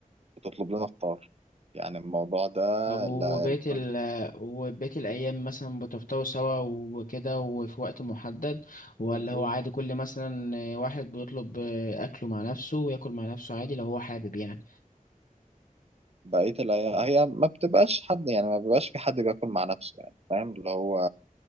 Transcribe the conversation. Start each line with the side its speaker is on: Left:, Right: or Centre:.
Right: بتطلب لنا فطار يعني الموضوع ده
Left: طب وبقية
Right: لا الفرق
Left: ال وبقية الأيام مثلا بتفطروا سوا وكده وفي وقت محدد ولا
Right: بتاعي.
Left: هو عادي كل مثلا واحد بيطلب أكله مع نفسه وياكل مع نفسه عادي لو هو حابب يعني
Right: بقية الأيام هي ما بتبقاش حد يعني ما بيبقاش في حد بياكل مع نفسه يعني فاهم اللي هو